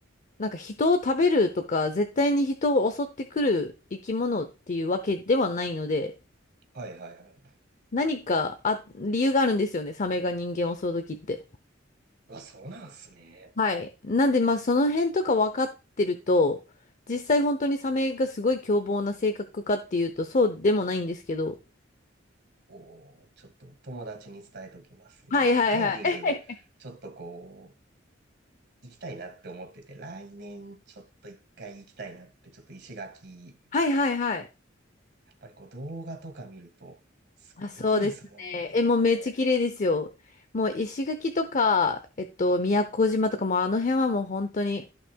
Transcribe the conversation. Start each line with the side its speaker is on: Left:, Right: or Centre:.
Left: なんか人を食べるとか、絶対に人を襲ってくる生き物っていうわけではないので、
Right: はいはいはい。
Left: 何かあ、理由があるんですよね、サメが人間を襲う時って。
Right: あ、そうなんすね。
Left: はい。なんでまあその辺とか分かってると、実際本当にサメがすごい凶暴な性格かっていうと、そうでもないんですけど。
Right: おー、ちょっと友達に伝えときます。
Left: はいはいはい。
Right: いや、ダイビング、
Left: <laughs>
Right: ちょっとこう、行きたいなって思ってて、来年ちょっと一回行きたいなって、ちょっと石垣、
Left: はいはいはい。
Right: やっぱりこう動画とか見ると、すごい綺麗ですもんね、
Left: あ、そうですね。え、もうめっちゃ綺麗ですよ。
Right: あれ。
Left: もう石垣とか、えっと、宮古島とかもうあの辺はもう本当に、